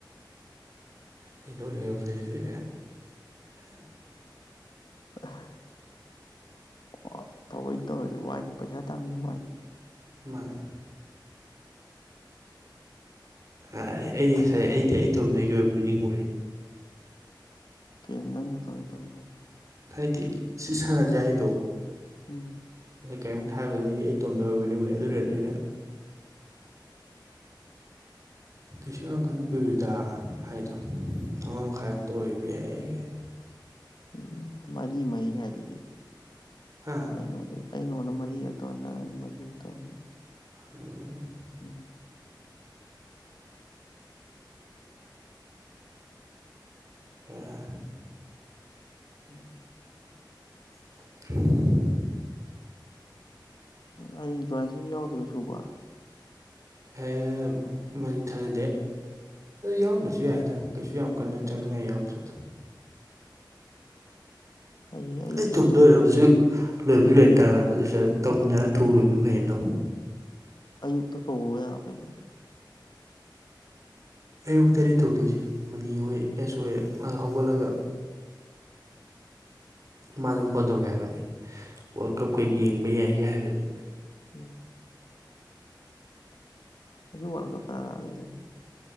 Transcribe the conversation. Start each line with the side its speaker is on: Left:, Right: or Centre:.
Right: ꯑꯩ ꯅꯣꯛꯅꯤꯡꯉꯛꯄ ꯁꯤꯗꯤ
Left: <inaudible> ꯑꯣ ꯊꯧꯑꯣꯏꯅ ꯇꯧꯔꯁꯨ ꯋꯥꯏꯅꯤ ꯄꯩꯁꯥ ꯇꯥꯟꯕꯁꯨ ꯋꯥꯏꯅꯤ
Right: <unintelligible> ꯑꯩꯗꯤ ꯉꯁꯥꯏ ꯑꯩꯗꯤ ꯑꯩꯇꯣꯝꯗꯒꯤ ꯑꯣꯏꯕꯣꯏ ꯅꯤꯡꯉꯨꯔꯦ
Left: ꯀꯩꯅꯣ ꯅꯪ ꯅꯇꯣꯟꯗ ꯇꯧꯔꯕ ꯗꯤ
Right: ꯍꯥꯏꯗꯤ ꯁꯤ ꯁꯥꯟꯅꯁꯦ ꯍꯥꯏꯗꯣ
Left: ꯎꯝ
Right: ꯀꯩꯝꯍꯥꯏꯕꯗꯨꯗ ꯑꯩꯗꯤ ꯑꯩꯇꯣꯝꯗ ꯑꯣꯏꯔꯕꯣꯏꯅꯤꯡꯉꯨꯔꯦ ꯑꯗꯨ ꯑꯣꯏꯗꯅꯦ ꯑꯩꯅ ꯀꯩꯁꯨ ꯌꯥꯝ ꯀꯟꯅ ꯀꯨꯏꯔꯣꯏꯗ ꯍꯥꯏꯗꯣ ꯑꯃ ꯃꯈꯥꯏꯃꯨꯛꯇ ꯑꯣꯏꯕ ꯌꯥꯏ ꯀꯥꯏꯅ
Left: ꯎꯝ ꯃꯔꯤ ꯃꯔꯤ ꯍꯥꯏꯗꯨꯗꯤ
Right: ꯍꯥ
Left: ꯑꯩ ꯅꯪꯉꯣꯟꯗ ꯃꯔꯤꯔꯛ ꯇꯧꯔꯅꯤ ꯅꯪꯅ ꯑꯩꯉꯣꯟꯗ ꯃꯔꯤ ꯔꯛ ꯇꯧꯔꯅꯤ
Right: <inaudible>
Left: ꯎꯝ
Right: ꯍꯦꯔꯥ
Left: ꯎꯝ
Right: <inaudible>
Left: ꯑꯩ <unintelligible> ꯌꯥꯎꯗꯨꯏꯔꯣ ꯁꯨꯕ
Right: ꯍꯦ ꯃꯥꯗꯤ ꯊꯥꯖꯗꯦ ꯑꯗꯨ ꯌꯥꯎꯗ꯭ꯔꯁꯨ ꯌꯥꯏꯗ ꯀꯩꯁꯨ ꯌꯥꯝ ꯀꯟꯅ
Left: ꯎꯝ
Right: ꯆꯪꯅꯤꯡꯉꯥꯏ ꯌꯥꯎꯗ꯭ꯔꯦꯗ
Left: ꯍꯌꯦꯡ ꯑꯌꯨꯛ
Right: ꯑꯩ
Left: ꯉꯟꯅ
Right: ꯇꯣꯝꯗ ꯑꯣꯏꯔꯒꯁꯨ ꯂꯣꯏꯕꯗꯤ ꯂꯣꯏ ꯇꯥꯔꯒ ꯑꯗꯣꯏꯁꯨ ꯇꯧꯃꯤꯟꯅꯔ ꯊꯨꯅ ꯂꯣꯏꯕꯗꯨꯅ ꯐꯩꯌꯦ ꯇꯧ
Left: ꯑꯌꯨꯛꯇ ꯀꯧꯔꯣ ꯌꯥ ꯀꯩꯅꯣ
Right: ꯑꯌꯨꯛꯇꯅꯦ ꯇꯧꯗꯣꯏꯁꯦ ꯃꯅꯤ ꯍꯣꯏ ꯑꯦꯁ ꯍꯣꯏ ꯍꯧꯒꯠꯂꯒ ꯃꯥ ꯑꯗꯨꯝ ꯐꯣꯟ ꯇꯧꯔꯛꯀꯦ ꯍꯥꯏꯕꯅꯤ ꯋꯥꯔꯜ ꯀꯞꯀ ꯌꯦꯡꯕ ꯌꯥꯏꯒꯦ ꯍꯥꯏꯕꯗꯤ
Left: ꯎꯝ ꯉꯁꯤ ꯋꯥꯜꯀꯞ ꯀꯅꯥ ꯀꯅꯥ ꯂꯩꯒꯦ